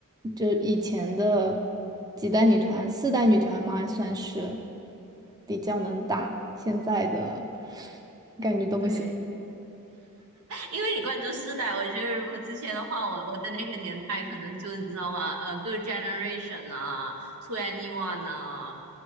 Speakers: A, on the right; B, on the right.
A: 就以前的几代女团，四代女团嘛，算是比较能打，现在的感觉都不行。
B: 对，因为你关注世代，我觉得如果之前的话，我我的那个年代可能就你知道吗？呃，Girl Generation 啊，Two Anyone 啊，